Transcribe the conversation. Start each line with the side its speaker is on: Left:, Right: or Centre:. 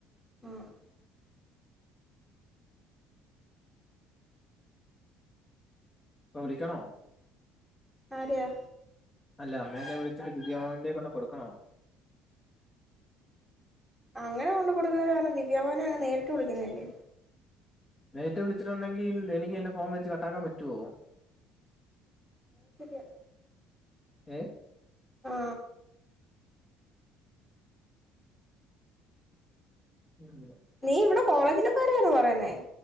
Centre: ആ
Left: ഇപ്പവിളിക്കണോ
Centre: ആരെയാ
Left: അല്ല അമ്മേനെ വിളിച്ചിട്ട് ദിവ്യാമാംമിന്റെ കൊണ്ടേകൊടുക്കണോ
Centre: അങ്ങനെ കൊണ്ട് കൊടുക്കണേകാലും ദിവ്യമാംമിനെയങ്ങ് നേരിട്ട് വിളിക്കുന്നല്ലേ
Left: നേരിട്ട് വിളിച്ചിട്ടുണ്ടെങ്കിൽ എനിക്ക് എന്റെ ഫോൺ മേച്ച് കട്ടാക്കാൻ പറ്റുവോ
Centre: അത്ശരിയാ
Left: ഏ
Centre: ആ
Left: <unintelligible>
Centre: നീ ഇവിടെ കോളേജിലെക്കാര്യാന്നോ പറയുന്നേ